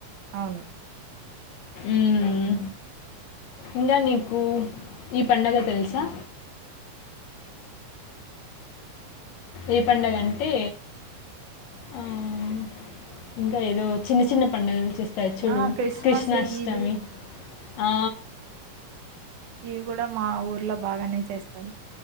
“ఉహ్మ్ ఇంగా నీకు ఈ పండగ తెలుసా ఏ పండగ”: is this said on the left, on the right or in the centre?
Left